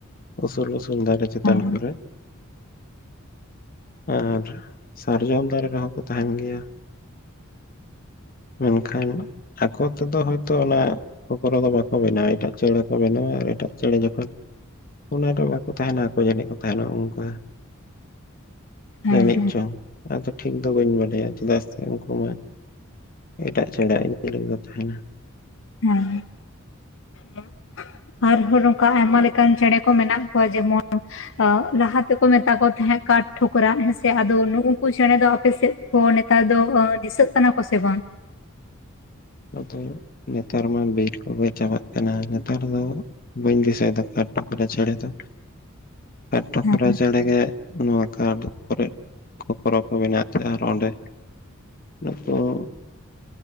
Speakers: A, on the left (about 40°); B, on the left (about 60°).
A: ᱩᱥᱩᱞ ᱩᱥᱩᱞ ᱫᱟᱨᱮ ᱪᱮᱛᱟᱱ
B: ᱦᱮᱸ
A: ᱠᱚᱨᱮ᱾ ᱟᱨ ᱥᱟᱨᱡᱚᱢ ᱫᱟᱨᱮ ᱨᱮᱦᱚᱸ ᱠᱚ ᱛᱟᱦᱮᱱ ᱜᱮᱭᱟ᱾
B: <inaudible>
A: ᱢᱮᱱᱠᱷᱟᱱ ᱟᱠᱚ ᱛᱮᱫᱚ ᱦᱚᱭᱛᱚ ᱚᱱᱟ ᱠᱷᱚᱠᱚᱨᱚ ᱫᱚ ᱵᱟᱠᱚ ᱵᱮᱱᱟᱣᱟ᱾ ᱮᱴᱟᱜ ᱪᱮᱬᱮ ᱠᱚ ᱵᱮᱱᱟᱣᱟ ᱟᱨ ᱮᱴᱟᱜ ᱪᱮᱬᱮ ᱡᱚᱠᱷᱚᱱ ᱚᱱᱟᱰᱮ ᱵᱟᱠᱚ ᱛᱟᱦᱮᱱᱟ᱾ ᱟᱠᱚ ᱡᱟᱹᱱᱤᱡ ᱠᱚ ᱛᱟᱦᱮᱱᱟ ᱚᱝᱠᱟ᱾
B: ᱦᱮᱸ
A: ᱡᱟᱹᱱᱤᱡ
B: ᱦᱮᱸ
A: ᱪᱚᱝ? ᱟᱫᱚ ᱴᱷᱤᱠ ᱴᱷᱤᱠ ᱫᱚ ᱵᱟᱹᱧ ᱵᱟᱰᱟᱭᱟ᱾ ᱪᱮᱫᱟᱜ ᱥᱮ ᱩᱱᱠᱩ ᱢᱟ ᱮᱴᱟᱜ ᱪᱮᱬᱮ ᱟᱜ ᱤᱞ ᱠᱚ ᱛᱟᱦᱮᱱᱟ᱾
B: ᱦᱮᱸ, ᱦᱮᱸ ᱟᱨ <unintelligible> ᱠᱟ ᱚᱱᱠᱟ ᱟᱭᱢᱟ ᱞᱮᱠᱟᱱ ᱪᱮᱬᱮ ᱠᱚ ᱢᱮᱱᱟᱜ ᱠᱚᱣᱟ, ᱡᱮᱢᱚᱱ ᱟᱜ ᱞᱟᱦᱟ ᱛᱮᱠᱚ ᱢᱮᱛᱟ ᱠᱚ ᱛᱟᱦᱮᱸᱫ ᱠᱟᱴᱷ ᱴᱷᱚᱠᱨᱟᱜ ᱦᱮᱸᱥᱮ, ᱟᱫᱚ ᱩᱱᱠᱩ ᱪᱮᱬᱮ ᱫᱚ ᱟᱯᱮᱥᱮᱫ ᱠᱷᱚ ᱱᱮᱛᱟᱨ ᱫᱚ ᱟ ᱫᱤᱥᱟᱹᱜ ᱠᱟᱱᱟ ᱠᱚ ᱥᱮ ᱵᱟᱝ?
A: ᱟᱫᱚ ᱱᱮᱛᱟᱨ ᱢᱟ ᱵᱤᱨ ᱠᱚᱜᱮ ᱪᱟᱵᱟᱜ ᱠᱟᱱᱟ᱾ ᱱᱮᱛᱟᱨ ᱫᱚ ᱵᱟᱹᱧ ᱫᱤᱥᱟᱭ ᱮᱫᱚ᱾ ᱠᱟᱴ ᱯᱚᱛᱲᱟ ᱪᱮᱬᱮ ᱫᱚ᱾
B: <inaudible>
A: ᱠᱟᱴ ᱴᱚᱠᱚᱨᱟ
B: ᱦᱮᱸ
A: ᱪᱮᱬᱮ ᱜᱮ ᱱᱚᱣᱟ ᱠᱟᱴ ᱠᱚᱨᱮ ᱠᱚ ᱠᱷᱚᱠᱚᱨᱚ ᱠᱚ ᱵᱮᱱᱟᱣᱮᱫ ᱛᱟᱦᱮᱸᱱᱟ ᱟᱨ ᱚᱸᱰᱮ <unintelligible>